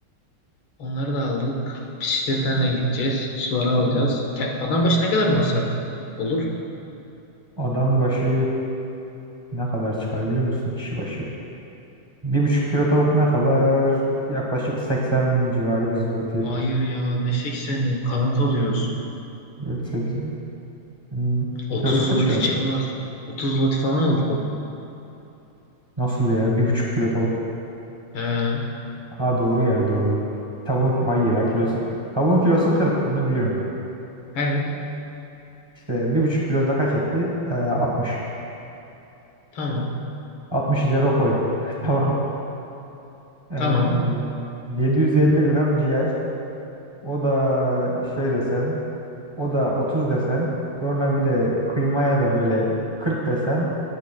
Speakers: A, on the left; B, on the right.
A: Onları da aldık. Bisikletten de gideceğiz. Suları alacağız.
B: Ha,
A: Ke- Adam başı ne kadar masraf olur?
B: Adam başı ne kadar çıkar biliyor musun kişi başı? Bir buçuk kilo tavuk ne kadar? Yaklaşık 80 civarı bir zloty.
A: Hayır ya ne 80'i kanat alıyoruz.
B: 4, 8. Hmm.
A: 30
B: Kilosu kaç
A: zloty
B: ki?
A: çıkmaz. 30 zloty falan olur toplam.
B: Nasıl ya? Bir buçuk kilo tavuk.
A: Ee,
B: Ha doğru ya doğru. Tavuğun hayır ya kilosu. Tavuğun kilosu 40 onu biliyorum.
A: evet.
B: İşte bir buçuk kilosu da kaç etti? Ee, 60.
A: Tamam.
B: 60'ı cebe koy. <laughs> Tamam. Ee,
A: Tamam.
B: 750 gram ciğer. O da şey desen O da 30 desen. Sonra bir de kıymaya da böyle 40 desen.